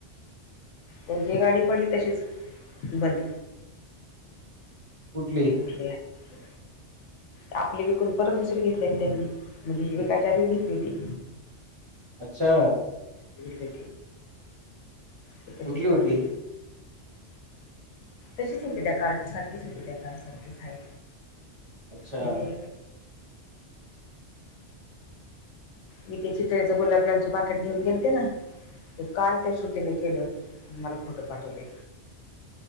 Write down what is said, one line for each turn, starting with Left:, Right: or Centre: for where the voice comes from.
Left: त्यांची गाडी पडली तशीच बंद
Right: कुठली
Left: उठली आहे आपली विकून परत दुसरी घेतलेली त्यांनी म्हणजे ही विकयच्या आधीच घेतली होती
Right: अच्छा
Left: ले ते तशीच
Right: कुठली होती
Left: पडली तशीच होते त्या कारड सारखेच होते त्या कारड सारखेच आहे
Right: अच्छा.
Left: कोणते मी ते चितळेच गुलाबजामचं पाकेट घेऊन गेलते ना? ते काल त्या छोटीने केलं आणि मला फोटो पाठवले.